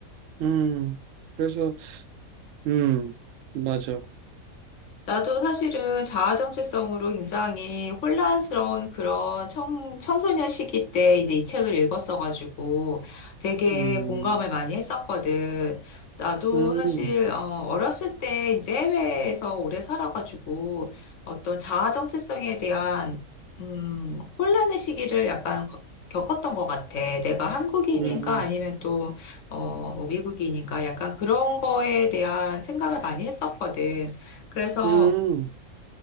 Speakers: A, on the right (about 70°); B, on the left (about 60°).
A: 음. 그래서, 음, 맞아.
B: 나도 사실은 자아 정체성으로 굉장히 혼란스러운 그런 청, 청소년 시기 때 이제 이 책을 읽었어가지고 되게
A: 음,
B: 공감을 많이 했었거든. 나도
A: 음,
B: 사실 어, 어렸을 때 이제 해외에서 오래 살아가지고 어떤 자아 정체성에 대한 음, 혼란의 시기를 약간 거- 겪었던 것 같아. 내가 한국인인가
A: 음,
B: 아니면 또 어, 뭐 미국인인가 약간 그런 거에 대한 생각을 많이 했었거든. 그래서
A: 음,